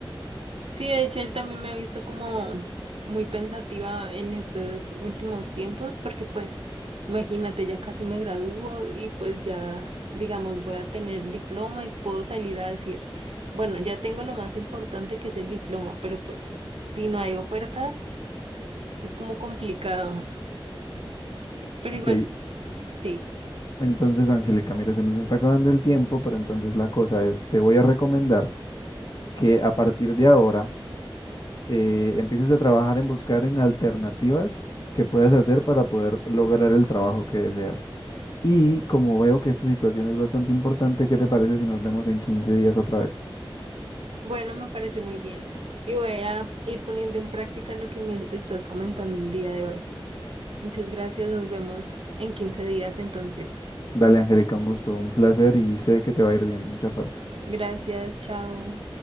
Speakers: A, on the right; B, on the left.
A: Sí, de hecho, él también me ha visto como muy pensativa en estos últimos tiempos, porque pues, imagínate, ya casi me gradúo y pues ya, digamos, voy a tener el diploma y puedo salir a decir, bueno, ya tengo lo más importante que es el diploma, pero pues, si no hay ofertas, es como complicado. Pero
B: Ok,
A: igual, sí.
B: entonces Angélica, mira, se nos está acabando el tiempo, pero entonces la cosa es, te voy a recomendar que a partir de ahora eh, empieces a trabajar en buscar en alternativas que puedas hacer para poder lograr el trabajo que deseas. Y como veo que esta situación es bastante importante, ¿qué te parece si nos vemos en 15 días otra vez?
A: Bueno, me parece muy bien. Y voy a ir poniendo en práctica lo que me estás comentando el día de hoy. Muchas gracias, nos vemos en 15 días entonces.
B: Dale, Angélica, un gusto, un placer y sé que te va a ir bien. Mucha fuerza.
A: Gracias, chao.